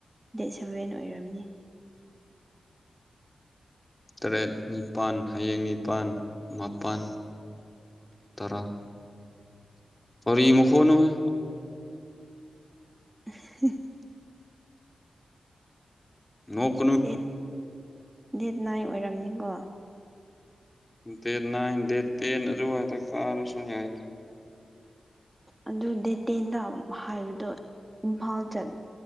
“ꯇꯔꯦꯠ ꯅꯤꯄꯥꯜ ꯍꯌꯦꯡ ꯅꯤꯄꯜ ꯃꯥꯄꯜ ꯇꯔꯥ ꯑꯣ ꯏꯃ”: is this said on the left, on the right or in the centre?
Left